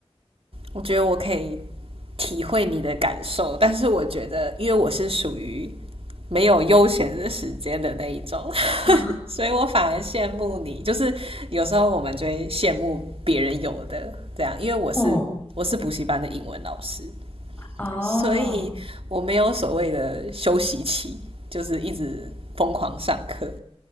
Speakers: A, on the right (about 65°); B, on the left (about 15°).
A: 我觉得我可以体会你的感受，但是我觉得，因为我是属于没有悠闲的时间的那一种
B: <laughs>
A: <laughs>，所以我反而羡慕你。就是有时候我们就会羡慕别人有的这样，因为我是我是补习班的英文老师，
B: 嗯，哦，
A: 所以我没有所谓的休息期，就是一直疯狂上课。